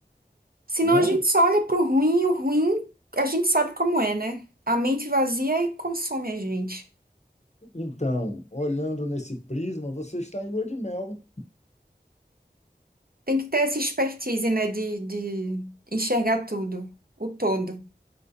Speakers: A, on the right; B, on the left.
A: Senão
B: né?
A: a gente só olha para o ruim e o ruim a gente sabe como é, né? A mente vazia e consome a gente.
B: Então, olhando nesse prisma, você está em lua de mel.
A: Tem que ter essa expertise, né? De, de enxergar tudo, o todo.